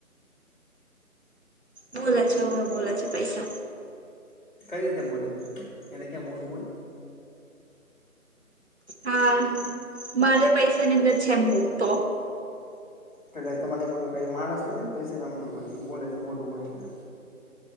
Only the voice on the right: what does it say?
બોલા છે હોવે બોલા છે પૈસા.
હા મારે પૈસાની અંદર છેમું તો